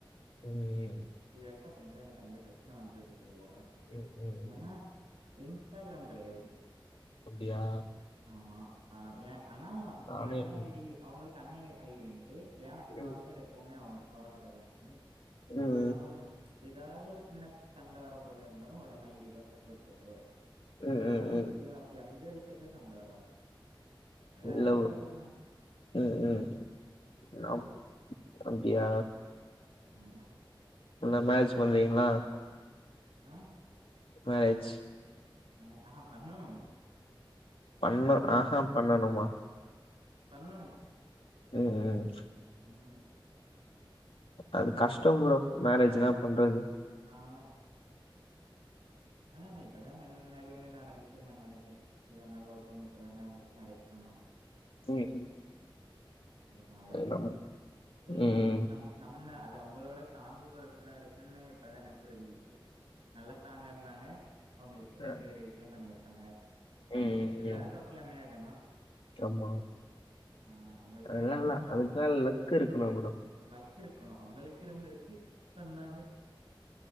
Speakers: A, on the left (about 80°); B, on the right (about 80°).
A: ம்
B: டூ இயர்ஸா பண்றே எனக்கு அந்த பிரச்சன வந்தது இல்ல இது வர
A: உம் உம் உம்.
B: ஏன்னா இன்ஸ்டாகிராம் கெடயாது
A: அப்டியா
B: ஆமா அ ஏ ஆனா
A: நானே
B: அவங்க அண்ண
A: உம்
B: ஐ டி அவங்களுக்கு அண்ண ஐ டி உண்டு ஏ
A: உம்
B: பாஸ்வேட் எப்பவுமே அவங்க அவகிட்டதா இருக்கு
A: உம்
B: <unintelligible> எதாவது ஒரு சின்ன சண்ட வர போல இருந்தாலு ஒடனே ஐ டி பாஸ்வேர்ட் போட்டு பாத்துருவா
A: உம்
B: அதனால
A: உம்
B: எங்களுக்குள்ள
A: உம்.
B: அப்டி அந்த விஷயத்துல சண்ட வராது வேற
A: இல்ல
B: எதாவதுனா
A: ம் ம் அப்டியா
B: ஆமா
A: அப்டினா மேரேஜ் பண்ணுவீங்களா
B: அ
A: மேரேஜ்
B: அ ஆஹா பண்ணணு
A: பண்ண ஆஹா பண்ணணுமா
B: பண்ணணு
A: ம் ம்
B: ம்
A: அது கஷ்டோ
B: ஏனம்
A: ப்ரோ மேரேஜ்
B: கஷ்டம்
A: எல்லா பண்றது
B: ஆமா ஆனா என்ன இப்பதா ஏ கண் முன்னாடி ஒண்ணு நடந்துச்சுனு எங்க அண்ணனுக்கே இவளோ நாள் லவ் பண்ணி இப்ப தானே மேரேஜ் பண்ணா
A: <unintelligible>
B: அதனால
A: நம்ம
B: செரி
A: ம்.
B: நம் நம்ம அது அவங்களோட ஸ்டாங்கு பொறுத்து தா இருக்குனு இப்பதா எனக்கு புரிஞ்சுக்கிச்சு நல்ல ஸ்டாங் சொன்னாங்க அவங்க ரெண்டு
A: அ,
B: பேரு வீட்லயு பண்ணி வெச்சாங்க
A: ம்,
B: எல்லாருக்கு
A: ம்.
B: அப்டி அமையாது ஆனா
A: ஆமா.
B: அ அவங்களுக்கு
A: அதெல்லாம்
B: உண்மைய
A: இல்ல.
B: சொல்னுனா அவங்களுக்கு
A: அதுக்கெல்லாம் லக் இருக்கணும் ப்ரோ.
B: லாக் இருக்கணு அவங்களுக்கு இருந்திருக்கு பண்ணாங்க